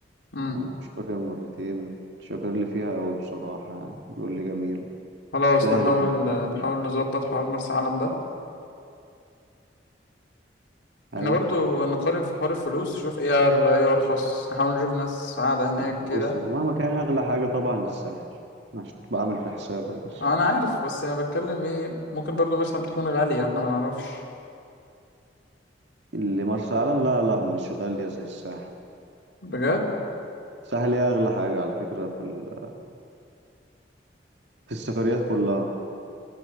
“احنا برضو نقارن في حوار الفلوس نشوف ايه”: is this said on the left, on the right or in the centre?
Left